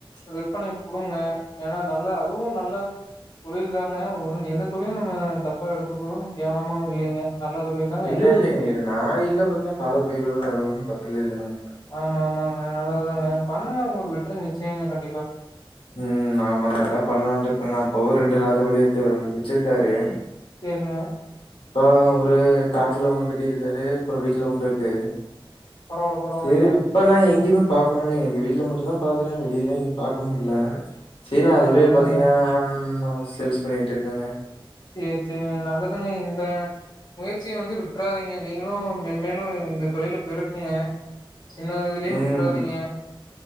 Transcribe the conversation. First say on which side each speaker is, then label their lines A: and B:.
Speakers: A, on the left; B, on the left.
A: விற்பனைக்கு குடுங்க ஏனா நல்ல அதுவு நல்ல தொழில் தாங்க ஒரு எந்தத் தொழிலும் நம்ம தப்பா எடுத்துக்கறோம் கேவலமாவு இல்லைங்க நல்ல தொழில் தாங்க
B: இல்ல
A: எல்லாமே
B: இல்லங்க
A: தொழில்.
B: இது நாயில்லா பாத்தீங்கன்னா கால பைரவர் அது ஒன்னும் தப்பு இல்ல இல்லன்னா
A: ஆமா, ஆமாங்க. நல்லதுதாங்க பண்ணுங்க உங்களுக்கு வெட்றி நிச்சயங்க கண்டிப்பா
B: உம் ஆமாங்க அதான் பண்ணலான்றிருக்கங்க அப்பாவு ரெண்டு ராதபளியத்த வச்சிருக்காரு
A: சரிங்க.
B: அப்பா ஒரு காட்டுல ஒண்ணு கட்டியிருக்காரு அப்ற வீட்ல ஒண்ணுருக்கு
A: பரவால்ல, பரவால்லங்க.
B: சரி இப்ப நா எங்கயுமே பாக்க முட்லங்க எங்க வீட்டுல மட்டுந்தா பாக்குறே வெளியிலல்லா எங்கயுமே பாக்க முட்ல சரி
A: நல்லது,
B: அதுவே
A: நல்லதுங்க.
B: பாத்தீங்கன்னா அம் சேல்ஸ் பண்ணிட்டு இருக்கேங்க
A: சேரி சேரிங்க நல்லதுங்க இந்த முயற்சிய வந்து விட்றாதீங்க நீங்களும் மெம்மேலு இந்த தொழில பெருக்குங்க சின்னதுலயே
B: உம்
A: விட்றாதீங்க